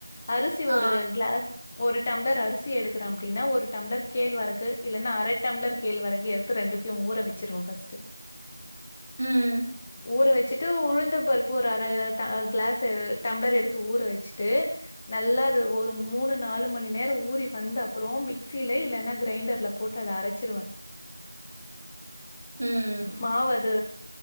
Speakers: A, in the centre; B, on the right.
A: அரிசி
B: ஆ
A: ஒரு க்ளாஸ் ஒரு டம்ளர் அரிசி எடுக்கிறே அப்டினா ஒரு டம்ளர் கேழ்வரகு இல்லனா அர டம்ளர் கேழ்வரகு எடுத்து ரெண்டத்தையு ஊற வெச்சிருவ ஃபஸ்ட்டு
B: ம்
A: ஊற வெச்சுட்டு உழுந்தம் பருப்பு ஒரு அர ட க்ளாஸு டம்ளர் எடுத்து ஊற வெச்சுட்டு நல்லா அது ஒரு மூணு நாலு மணி நேர ஊறி வந்த அப்றோ மிக்சில இல்லனா கிரைண்டர்ல போட் இப்ப அத அரைச்சிருவே
B: ம்
A: மாவு அது